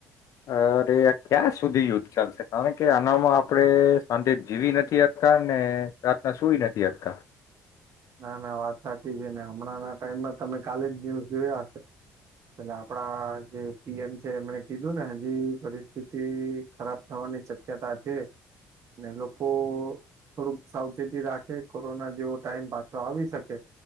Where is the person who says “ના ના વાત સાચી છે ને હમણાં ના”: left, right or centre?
Right